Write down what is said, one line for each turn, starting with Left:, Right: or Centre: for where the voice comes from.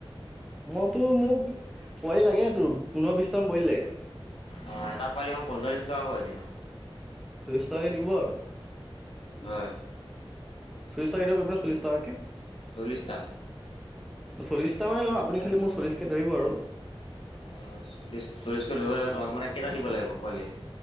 Centre: মইতো মোক পোৱালি লাগে তোৰ পোন্ধৰ বিশটামান পোৱালি লাগে।
Left: অ এটা পোৱালি মই পঞ্চল্লিছ টকা কৈ দিম।
Centre: চল্লিছ টকাকৈ দিব আৰু
Left: হয়
Centre: চল্লিছ টকাকে দিব পাৰিবানে চল্লিছ টকাকে।
Left: চল্লিছ টা
Centre: চল্লিছটা মানেই লম আপুনি খালি মোৰ চল্লিছকৈ ধৰিব আৰু
Left: অ চল্লিছ চল্লিছ কৈ ধৰিব লাগিব তোমাক মানে কেইটা দিব লাগিব পোৱালি।